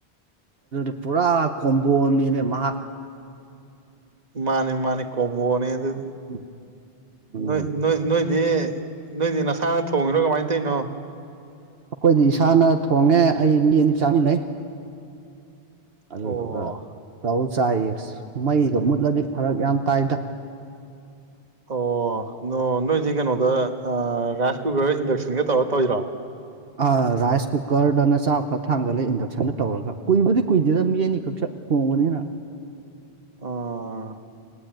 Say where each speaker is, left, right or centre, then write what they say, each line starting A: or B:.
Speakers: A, on the right; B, on the right.
A: <inaudible> ꯄꯨꯔꯥ ꯀꯣꯝꯕꯣꯅꯤꯅꯦ ꯃꯍꯥꯛ
B: ꯃꯥꯅꯦ ꯃꯥꯅꯦ ꯀꯣꯝꯕꯣꯅꯦ ꯑꯗꯨ
A: ꯎꯝ ꯎꯝ
B: ꯅꯣꯏ ꯅꯣꯏ ꯅꯣꯏ ꯗꯤ ꯅꯣꯏꯗꯤ ꯅꯁꯥꯅ ꯊꯣꯡꯉꯤꯔꯣ ꯀꯃꯥꯏ ꯇꯩꯅꯣ
A: ꯑꯩꯈꯣꯏꯗꯤ ꯏꯁꯥꯅ ꯊꯣꯡꯉꯦ ꯑꯩ ꯃꯤ ꯑꯅꯤ ꯆꯥꯃꯤꯟꯅꯩ ꯑꯗꯨꯒ
B: ꯑꯣ
A: ꯇꯎ ꯆꯥꯏꯌꯦꯁ ꯃꯩꯒ ꯃꯨꯠꯂꯗꯤ ꯐꯔꯛ
B: ꯑꯣ
A: ꯌꯥꯝ ꯇꯥꯏꯗ
B: ꯑꯣ ꯅꯣ ꯅꯣꯏꯗꯤ ꯀꯩꯅꯣꯗ ꯔꯥꯏꯁ ꯀꯨꯀꯔ ꯏꯟꯗꯛꯁꯟꯒ ꯇꯧꯔ ꯇꯧꯔꯤꯔꯣ
A: ꯑ ꯔꯥꯏꯁ ꯀꯨꯀꯔꯗꯅ ꯆꯥꯛ ꯐꯠ ꯊꯥꯡꯒꯠꯂꯦ ꯏꯟꯗꯛꯁꯟꯗ ꯇꯧꯔꯒ ꯀꯨꯏꯕꯗꯤ ꯀꯨꯏꯗꯦꯗ ꯃꯤ ꯑꯅꯤꯈꯛ ꯁ ꯊꯣꯡꯕꯅꯤꯅ
B: ꯑꯣ